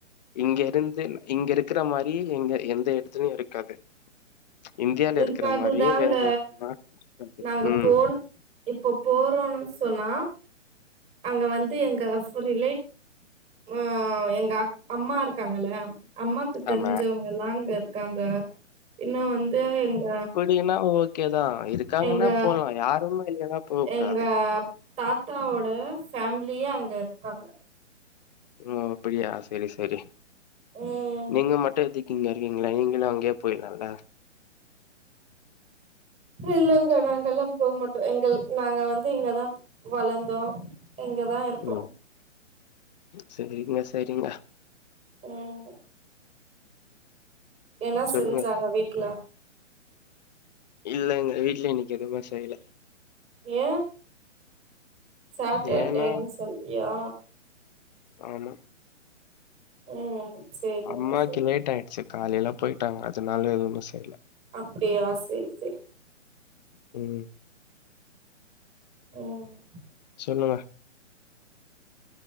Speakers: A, on the left; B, on the right.
A: இங்க இருந்து இங்க இருக்குற மாரி எங்க எந்த எடத்துலயு இருக்காது இந்தியால
B: இருக்காதுதாங்க
A: இருக்குற மாரி வேற நா நாட் அ
B: நாங்க
A: <inaudible> உம்
B: போன் இப்போ போறோன்னு சொன்னா அங்க வந்து எங்க ஃபுள் ரிலே அ எங்க அக் அம்மா ருக்காங்கள அம்மாக்கு தெரிஞ்சவங்கலா
A: ஆமா.
B: அங்க இருக்காங்க இன்னு வந்து எங்க
A: அப்டின்னா ஓக்கே தா இருக்காங்கன்னா
B: எங்க
A: போலா யாருமே இல்லனா போ கூடாது
B: எங்க தாத்தாவோட ஃபேம்லியே அங்க இருக்காங்க
A: ஓ அப்படியா செரி செரி
B: ம்
A: நீங்க மட்டு எதுக் கிங்க இருக்கீங்களே நீங்களு அங்யே போய்லால்ல
B: இல்லங்க நாங்கல்லா போ மாட்டோ எங்கள் நாங்க வந்து இங்கதா வளந்தோ இங்கதா இருப்போ
A: உம் சரிங்க சரிங்க
B: ம் என
A: சொல்லுங்க.
B: செஞ்சாங்க வீட்ல
A: இல்லங்க வீட்ல இன்னிக் எதுமே செய்ல
B: ஏ சாட்டர்டேன்
A: ஏன்னா
B: சொல்லியா
A: ஆம்மா
B: ம் சேரிங்க
A: அம்மாக்கி
B: சேரிங்க
A: லேட் ஆயிட்ச்சு காலில பொய்ட்டாங்க அதுனால எதுவுமே செய்ல
B: அப்டியா சேரி சேரி
A: ம்
B: ம்
A: சொல்லுங்க